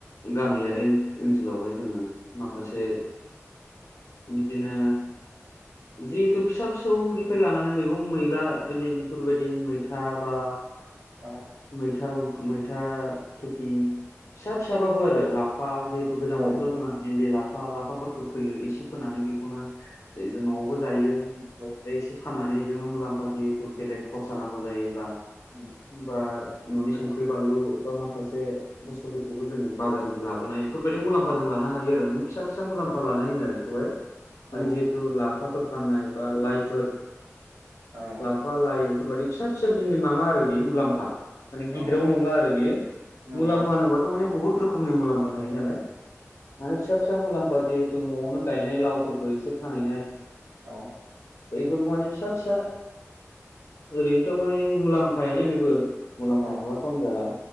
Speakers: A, on the left; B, on the right.
A: गामियारि
B: औ
A: ओनसोलावहाय जोङो माखासे बिदिनो जिहेथु फिसा फिसौनिफ्राय लानानै मैगं मैला बि बेफोर बायदि मैथा बा
B: औ
A: मैथा मैथा खेथि फिसा - फिसाबाबो आरो लाफा जिहेतु गोजां
B: औ
A: बोथोराव जोंना मइेनलि लाफा - लाफाफोरखौ फैयो एसे फोनानै बेखौनो जों न'आव बो जायो
B: नंगौ
A: एसे फाननानैजोंनो मुलाम्फा जथु बेलेग खरसा नांगौ जायोब्ला
B: उम।
A: बा न'नि संख्रि बानलु बा माखासे बुस्थुफोरखौबो जों बाजारनिफ्राय लाबोनाय बेफोरबायदि मुलाम्फा जों लानानै हायो आरो फिसा फिसा मुलामफा लानाय होनो आरो बेखौहाय। माने
B: औ
A: जिहेतु लाफाफोर फाननाय बा लाइफोर
B: औ
A: लाफा लाइ बेफोरबायदि फिसा - फिसा बिनि मामाआरो बेयो मुलाम्फा। माने
B: औ
A: गिदिराव नंला आरो बियो
B: नंगौ
A: मुलाम्फा होनोबाथ' माने बुहुत रोखोमनि मुलाम्फा थायो नालाय। माने फिसा फिसा मुलाम्फा जिहेथु न'आवनो गायनाय लावफोरखौ एसे फानहैनाय।
B: औ।
A: बेफोर माने फिसा फिसा ओरैनोथ' माने मुलाम्फायानो बेबो। मुलाम्फा
B: औ
A: नंला खौ होनजाला